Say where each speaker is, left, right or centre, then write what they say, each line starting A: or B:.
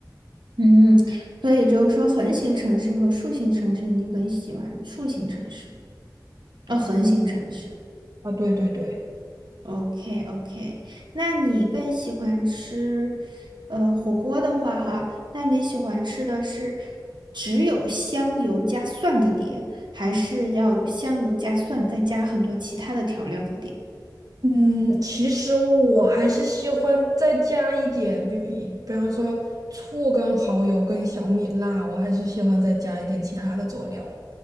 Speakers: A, on the right; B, on the right.
A: 嗯，所以就是说，横型城市和竖型城市，你更喜欢竖型城市，呃，横型城市。
B: 啊。对对对。
A: OK OK，那你更喜欢吃，呃，火锅的话哈，那你喜欢吃的是只有香油加蒜的碟，还是要有香油加蒜再加很多其他的调料的碟？
B: 嗯，其实我还是喜欢再加一点，比如比方说醋跟蚝油跟小米辣，我还是喜欢再加一点其他的佐料，